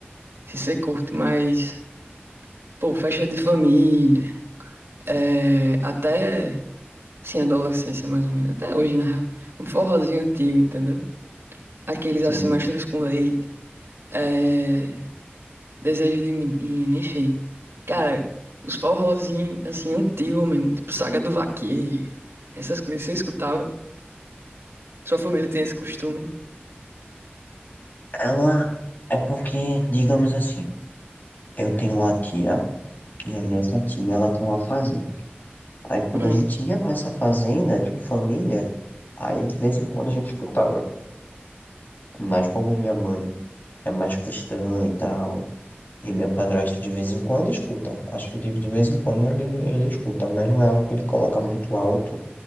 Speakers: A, on the right; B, on the left.
A: se você curte, mas, pô, festa de família, é, até, assim, adolescência mais ou menos, até hoje, na real. Um forrozinho antigo, entendeu? Aqueles,
B: Sim.
A: assim, mastros com leite, é, desejo de menino, enfim. Cara, os forrozinhos, assim, antigos mesmo, tipo Saga do Vaqueiro, essas coisas, você escutava? Sua família tem esse costume?
B: Ela é porque, digamos assim, eu tenho uma tia, e aí essa tia ela tem uma fazenda. Aí quando
A: Hum.
B: a gente ia pra essa fazenda, tinha família, aí de vez em quando a gente escutava. Mas como minha mãe é mais cristã e tal, e meu padrasto de vez em quando escuta. Acho que de, de vez em quando ele, ele escuta, mas não é algo que ele coloca muito alto,